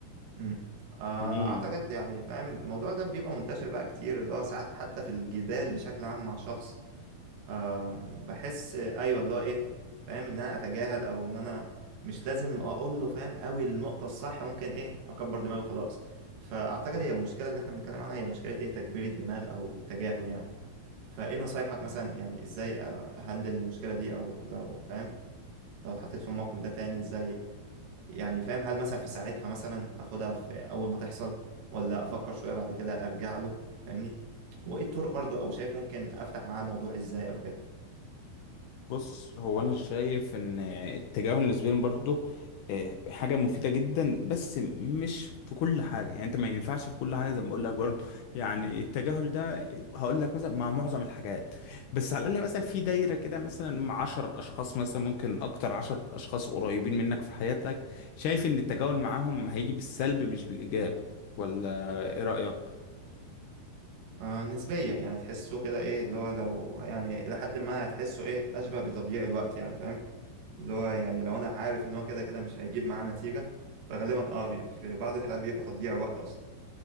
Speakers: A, on the right; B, on the left.
A: امم آه،
B: امم
A: اعتقد يعني فاهم الموضوع ده بيبقى منتشر بقى كتير اللي هو ساعات حتى في الجدال بشكل عام مع شخص آم، بحس ايوه اللي هو ايه فاهم ان انا اتجاهل او ان انا مش لازم اقول له فاهم قوي النقطة الصح ممكن ايه اكبر دماغي وخلاص فاعتقد هي المشكلة اللي احنا بنتكلم عنها هي مشكلة ايه تكبير الدماغ او التجاهل يعني فايه نصايحك مثلا يعني ازاي اهندل المشكلة دي او لو فاهم لو اتحطيت في الموقف ده تاني ازاي يعني فاهم هل مثلا في ساعتها مثلا اخدها في اول ما تحصل ولا افكر شوية بعد كده ارجع له فاهمني وايه الطرق برضو او شايف ممكن افتح معاه الموضوع ازاي او كده
B: بص هو انا شايف ان التجاهل نسبيا برضه آه، حاجه مفيده جدا بس مش في كل حاجه يعني انت ما ينفعش في كل حاجه زي ما بقول لك برضه يعني التجاهل ده هقول لك مثلا مع معظم الحاجات بس على الاقل مثلا في دايره كده مثلا مع 10 اشخاص مثلا ممكن اكتر 10 اشخاص قريبين منك في حياتك شايف ان التجاهل معاهم هيجي بالسلب مش بالايجاب ولا ايه رايك
A: آه نسبيا يعني تحسه كده ايه اللي هو لو يعني الى حد ما هتحسه ايه اشبه بتضييع الوقت يعني فاهم اللي هو يعني لو انا عارف ان هو كده كده مش هيجيب معاه نتيجة فغالبا اه بي في بعض الحالات بيبقى تضييع وقت اصلا